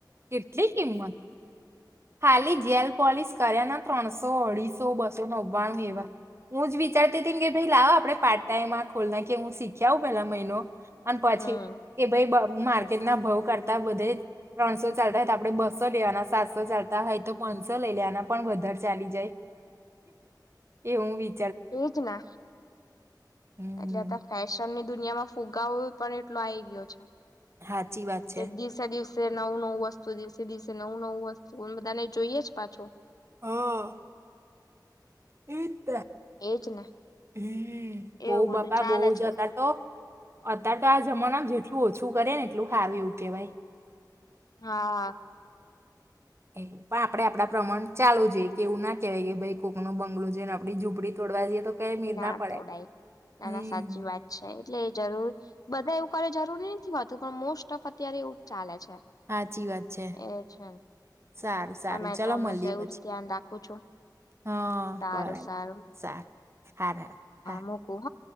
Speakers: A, on the right (about 35°); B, on the left (about 55°).
A: કેટલી કિંમત! ખાલી જેલ પોલિસ કર્યા ના ત્રણસો. સો, અઢીસો, બસો, નવ્વાણું
B: હમ
A: એવા હું જ વિ ચારતી હતી કે, ભાઈ, લાવ આપડે પાર્ટ ટાઈમ આ ખોલ ના, કે હું શીખ્યા આવ પેહલા મહિનો. અને પછી
B: હમ
A: કે, ભાઈ, માર્કેટ ના ભાવ કરતા બધે ત્રણસો ચાલતા હોય તો આપડે બસો લેવાના, સાતસો ચાલતા હોય તો પાંચસો લઈ લેવાના, પણ વધારે ચાલી જાય. એવું બી
B: એ જ ને,
A: હમ
B: એટલે ફેશનની દુનિયામાં ફુગાવો પણ એટલો આઈ ગયો છે
A: સાચી વાત છે.
B: કે દિવસે દિવસે નવું-નવું વસ્તુ, દિવસે દિવસે નવું-નવું વસ્તુ બધા ને જોઈએ જ પાછું મતલબ
A: હા. એતે.
B: એજ ને.
A: હો બહુ,
B: એવું
A: બાપા
B: બધું ચાલે
A: બહુ
B: છે
A: જતા તો અત્યારે તો આ જમાના જેટલું ઓછું કરે, ને એટલું સાર એ કેવાય.
B: હા.
A: એ પણ આપડે આપડા પ્રમાણ ચાલુું જોઈએ, કે એવું ના કહેવાય કે ભાઈ, કોકનું બંગલો જોઈ ને આપડી ઝુંપડી તો વા જોઈએ તો. કઈ મીર
B: ના
A: પડે.
B: તોડાય નાના,
A: હમ.
B: સાચી વાત છે એટલે જરૂર બધા એવું કય જરૂરી ની થી વાતો પણ મોસ્ટ ઓફ અત્યારે એવું ચાલે છે.
A: સાચી વાત છે
B: એ છે.
A: સારું સારું
B: પણ મેં
A: ચલો
B: તો હંમેશા
A: મળીએ
B: એવું
A: પછી
B: જ ધ્યાન રાખું છું.
A: હા,
B: સારું
A: બરાબર
B: સારું
A: સારુ હા હા હા
B: મૂકું હ